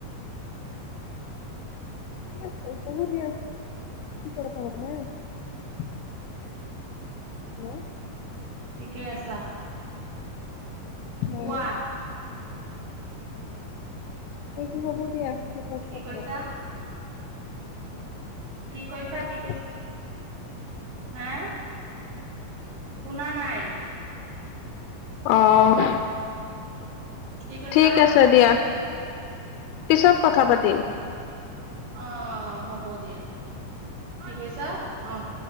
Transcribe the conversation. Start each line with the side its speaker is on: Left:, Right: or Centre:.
Left: <unintelligible> বহুত দেৰি কি কথা কথা পতা <unintelligible> উম <inaudible>
Right: ঠিকে আছে।
Left: হুম।
Right: কোৱা
Left: এইটো হ'ব দিয়া। পিছত
Right: কি
Left: কথা
Right: কৈছা? কি কৈছা
Left: পাতিম
Right: কি কৈছা হা শুনা নাই
Left: অ',
Right: কি কৈছা
Left: ঠিক আছে দিয়া পিছত কথা পাতিম।
Right: অ'-অ' হ'ব দিয়া। কি কৈছা আহ <inaudible>